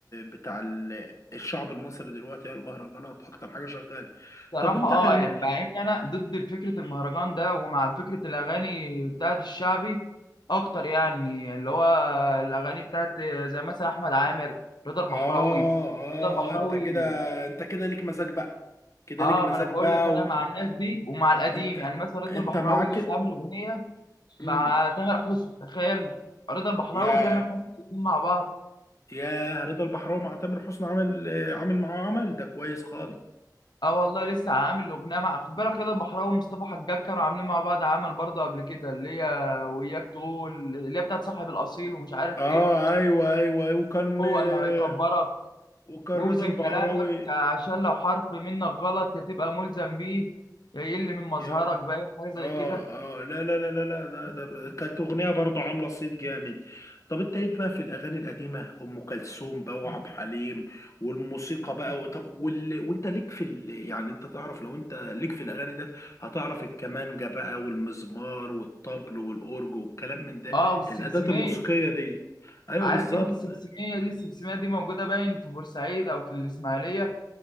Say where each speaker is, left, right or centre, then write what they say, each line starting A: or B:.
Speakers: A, on the left (about 45°); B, on the left (about 80°).
A: بتاع ال- الشعب المصري دلوقتي هي المهرجانات اكتر حاجه شغاله
B: صراحه
A: طب انت
B: اه
A: كان
B: يعني
A: لك
B: مع ان انا ضد فكره المهرجان ده ومع فكره الاغاني بتاعت الشعبي اكتر يعني اللي هو الاغاني بتاعت زي مثلا احمد عامر رضا البحراوي
A: آه آه
B: رضا البحراوي
A: آه، أنت كده أنت كده ليك مزاج بقى كده
B: اه
A: ليك مزاج
B: ما انا بقول
A: بقى
B: لك انا مع الناس دي ومع القديم
A: وأنت
B: يعني مثلا رضا
A: أنت
B: البحراوي
A: معاك
B: لسه
A: ال-
B: عامل اغنيه
A: مم.
B: مع تامر حسني تخيل رضا البحراوي
A: ياه
B: وتامر حسني الاثنين مع بعض
A: ياه رضا البحراوي مع تامر حسني عامل عامل معاه عمل ده كويس خالص
B: اه والله لسه عامل اغنيه مع خد بالك رضا البحراوي ومصطفى حجاج كانوا عاملين مع بعض عمل برضه قبل كده اللي هي وياك تقول اللي هي بتاعت صاحب الاصيل ومش عارف
A: آه
B: ايه
A: أيوه أيوه أيوه وكان
B: هو
A: آه،
B: اللي هيكبرك
A: وكان
B: ووزن
A: رضا البحراوي
B: كلامك عشان لو حرف منك غلط يا تبقى ملزم بيه يا يقل من مظهرك
A: يا
B: باين حاجه
A: اه
B: زي كده
A: اه لا لا لا لا لا لا ده ب- كانت اغنيه برضه عامله صيت جامد طب انت ليك بقى في الاغاني القديمه ام كلثوم بقى وعبد الحليم والموسيقى بقى و- طب وال... وانت ليك في ال... يعني انت تعرف لو انت ليك في الاغاني ده هتعرف الكمانجه بقى والمزمار والطبل والاورج والكلام من ده
B: اه والسمسميه
A: الاداه الموسيقيه دي ايوه
B: عارف
A: بالظبط
B: انت السمسميه دي السمسميه دي موجوده باين في بورسعيد او في الاسماعيليه